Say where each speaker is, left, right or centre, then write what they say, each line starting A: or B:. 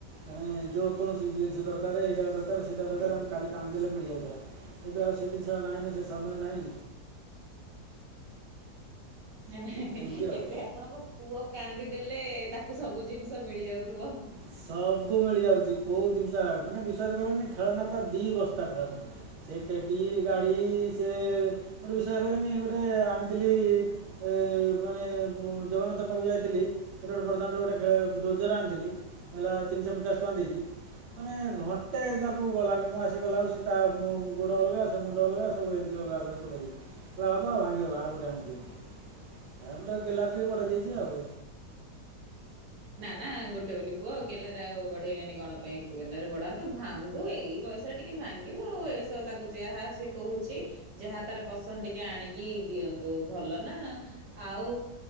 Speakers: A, on the right; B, on the right.
A: ମାନେ ଯେଉକୌଣସି ଜିନିଷ ଦରକାର ଏଇଟା ଦରକାର ସେଇଟା ଦରକାର ଆମକୁ କାଲି କାନ୍ଦିଦେଲେ ମିଳିଯାଉଥିଲା ଏବେ ଆଉ ସେ ଜିନିଷ ନାହିଁ ନା ସେ ସମୟ ନାହିଁ,
B: ନାଇ ନାଇଁ
A: ଏମିତି ଆଉ
B: ଏବେ ଆପଣଙ୍କ ପୁଅ କାନ୍ଦିଦେଲେ ତାକୁ ସବୁ ଜିନିଷ ମିଳି ଯାଉଥିବ।
A: ସବୁ ମିଳିଯାଉଛି କୋଉ ଜିନିଷ ମାନେ ବିଶ୍ୱାସ କରନି ଖେଳନା ପା ଦୁଇ ବସ୍ତା ଖେଳନା ସେ ଟେଡ଼ି ଗାଡ଼ି ସେ ଗୋଟେ ବିଶ୍ୱାସ କନି ଗୋଟେ ଆଣିଥିଲି ଏ ମାନେ ଜଗନ୍ନାଥ ପାଖକୁ ଯାଇ ଥିଲ ରେଟ ବର୍ଦ୍ଧାନ ଗୋଟେ ଡୋଜର ଆଣିଥିଲି। ହେଲା ତିନିଶହ ପଚାଶ ଟଙ୍କା ଦେଇକି ମାନେ ଘଣ୍ଟେ ତାକୁ ଗଲାନି ମୁଁ ଆସିଗଲା ଆଉ ସେ ତା ଗୋଡ଼ ଅଲଗା ସେ ମୁଣ୍ଡ ଅଲଗା ସବୁ ଏମିତି ଅଲଗା କରି ପକେଇ ଦେଇଛି। ହେବ ଆଉ ଭାଙ୍ଗିଗଲା ଆଉ ଗୋଟେ ଆଣିିକି ଦିଅ। ଆଉଟ ଦେଲା ଟିକେ ପଢେଇ ଦେଇଛି ଆଉ।
B: ନା ନା ଗୋଟେ ବୋଲି ପୁଅ ଗେଲା ଆଉ ବଢେଇବେନି କଣ ପାଇଁ ଗେଲରେ ବଢାନ୍ତୁ ଭାଙ୍ଗୁ ଏଇ ବୟସରେ ଟିକେ ଭାଙ୍ଗିବ ଆ ଏସବୁ ତାକୁ ଯାହା ସେ କହୁଛି ଯାହା ତାର ପସନ୍ଦ ଟିକେ ଆଣିକି ଦିଅନ୍ତୁ ଭଲ ନା ଆଉ